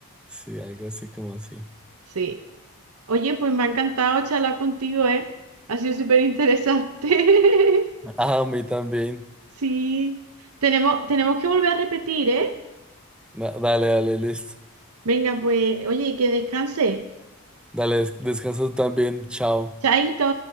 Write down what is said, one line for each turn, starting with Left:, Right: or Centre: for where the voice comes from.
Centre: Sí, algo así como así.
Right: sí. Oye, pues me ha encantado charlar contigo, ¿eh? Ha sido súper interesante. <laughs>
Centre: Ah, a mí también.
Right: Sí. Tenemos, tenemos que volver a repetir, ¿eh?
Centre: Na- dale, dale, listo.
Right: Venga, pues, oye, que descanse.
Centre: Dale, des- descansa tú también. Chao.
Right: Chaito.